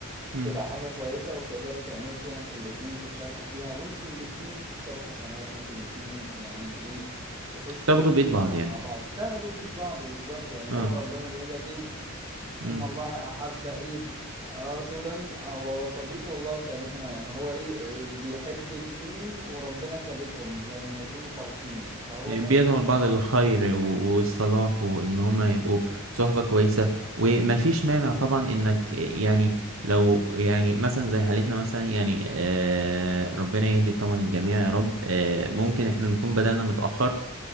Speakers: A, on the right (about 65°); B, on the right (about 20°).
A: مم.
B: تبقى حاجة كويسة وتقدروا تعملوا فيها انتوا الاتنين تتشاركوا فيها وانتوا الاتنين تكسبوا حسنات وانتوا الاتنين يعني ايه تخشوا
A: تاخدوا
B: الجنة
A: بإيد بعض يعني
B: مع بعض تاخدوا بإيد بعض بالظبط يعني
A: اه
B: هو ربنا بيقول لك ايه
A: مم.
B: ان الله احب ايه رجلا هو وصديقه والله ثالثهما يعني هو ايه إيه، بيحب اتنين وربنا تالتهم لما يكونوا صالحين يعني فهو
A: يعني
B: ده
A: بيدعوا
B: بصراحة
A: البعض للخير و- والصلاح وان هما
B: مم.
A: يبقوا صحبة كويسة ومفيش
B: بالظبط
A: مانع طبعا انك يعني لو يعني مثلا زي حالتنا مثلا يعني آه، ربنا يهدي طبعا الجميع يا رب آه، ممكن احنا نكون بدأنا متأخر